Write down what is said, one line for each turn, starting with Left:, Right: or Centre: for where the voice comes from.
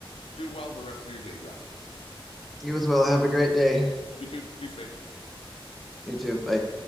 Left: do well the rest of your day, Josh.
Centre: You as well. Have a great day.
Left: You too. Be safe.
Centre: You too. Bye.